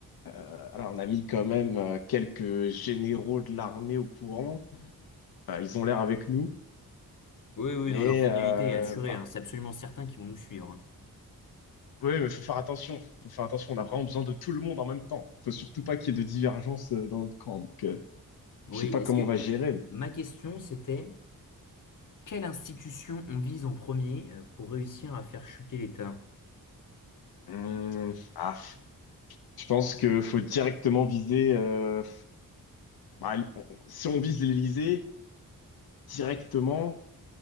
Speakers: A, on the left; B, on the left.
A: Euh, Alors, on a mis quand même euh, quelques généraux de l'armée au courant. Euh, ils ont l'air avec nous.
B: Oui, oui,
A: Mais
B: non, leur fidélité
A: euh,
B: est assurée,
A: voilà,
B: hein, c'est absolument certain qu'ils vont nous suivre. hein.
A: Oui, mais faut faire attention. Faut faire attention. On a vraiment besoin de tout le monde en même temps. Faut surtout pas qu'il y ait de divergence euh, dans notre camp. Donc, euh,
B: Oui,
A: je sais pas
B: est-ce
A: comment
B: que
A: on va gérer, mais
B: ma question c'était quelle institution on vise en premier euh, pour réussir à faire chuter l'État?
A: Hum, ah, je pense que faut directement viser. euh, bah, on- si on vise l'Élysée directement,